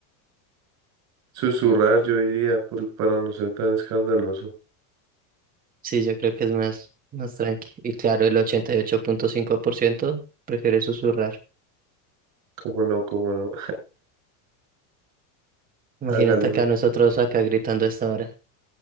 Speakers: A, on the right; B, on the right.
A: Susurrar, yo diría, por- para no ser tan escandaloso.
B: sí, yo creo que es más, más tranqui. Y claro, el ochenta y ocho punto cinco por ciento prefiere susurrar.
A: Como no, como no.
B: Imagínate
A: <laughs> Hágale.
B: acá
A: me-
B: nosotros acá gritando a esta hora.